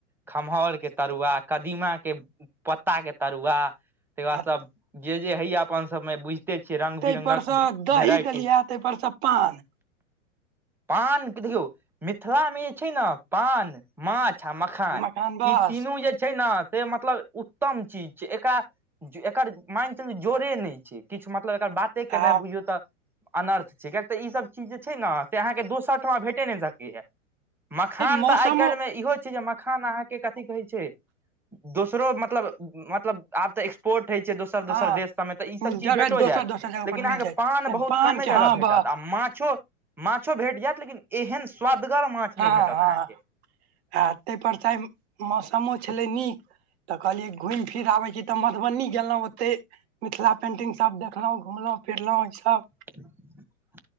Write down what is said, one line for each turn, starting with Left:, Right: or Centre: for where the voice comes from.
Centre: खमहौर के तरुआ, कदीमा के पत्ता के तरुआ तै के बाद
Right: आ
Centre: सब जे जे हय यै अपन सबमे बुझिते छियै, रंग-बिरंगक
Right: ताहिपर सँ दही
Centre: भेराइटी।
Right: देलियै ताहिपर सँ पान
Centre: पान के देखियौ, मिथिलामे जे छै नै पान माछ आ मखान
Right: <unintelligible> बा
Centre: ई तीनू जे छै नै से मतलब उत्तम चीज छै, एकरा एकर मान के चलियौ जोड़े नै छै, किछ मतलब एकर बात ते करनाय
Right: आ
Centre: बुझियौ तऽ अनर्थ छै, कियाकि ई सब चीज जे छै ने से अहाँके दोसर ठमा भेटे नै सकै यै। मखान
Right: मौसमो
Centre: तऽ आइ काएल मे इहो छै जे मखान अहाँके कथी कहै छै दोसरो मतलब उम्म मतलब आब तै एक्स पोर्ट होइ छै दोसर-दोसर
Right: हँ
Centre: देश सबमे तऽ ई सब चीज
Right: जगह
Centre: भेटो
Right: दोसर
Centre: जायत
Right: दोसर जगह
Centre: लेकिन
Right: पर मिल
Centre: अहाँके
Right: जायत
Centre: पान बहुत कमे
Right: के
Centre: जगह
Right: हँ
Centre: भेटत।
Right: बस
Centre: आ माछो-माछो भेट जायत लेकिन एहन स्वदगर माछ नै
Right: हँ
Centre: भेटत
Right: हँ
Centre: अहाँके।
Right: आ तै पर से आय उम्म मौसमो छलै नीक। तऽ कहलियै घुम फिर आबे छी तऽ मधुबनी गेलौ ओते मिथिला पेंटिंग सब देखलहुं, घुमलहुँ फिरलहुँ ई सब
Centre: <inaudible>